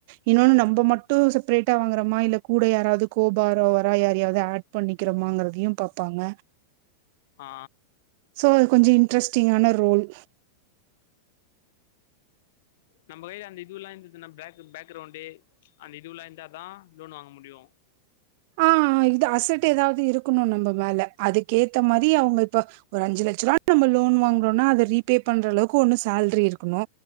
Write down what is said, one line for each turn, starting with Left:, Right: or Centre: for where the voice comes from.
Right: இன்னொன்னு நம்ப ம மட்டு செப்ரேட்டா வாங்குறமா இல்ல கூட யாராவது கோபாரோ வரா யாராவது ஆட் பண்ணிக்கிறோமாங்கறதையு பா பாங்க
Left: ஆ
Right: சோ அது கொஞ்ச இன்ட்ரெஸ்ட்டிங்கான ரோல்
Left: நம்பளே அந்த இதுவுெல்லா இருந்ததுனா பேக் பேக்கிரவுண்டு அந்த இதுவுல்லா இருந்தாதா லோன் வாங்க முடியு
Right: ஆ அ இது அசட் ஏதாவது இருக்கணு நம்ப மேல அதுக்கேத்த மாரி அவுங்க இப்ப ஒரு அஞ்சு லட்ச ரூபா நம்ம லோன் வாங்கறோனா அத ரீபே பண்றளவுக்கு ஒன்னு சேலரி இருக்கணு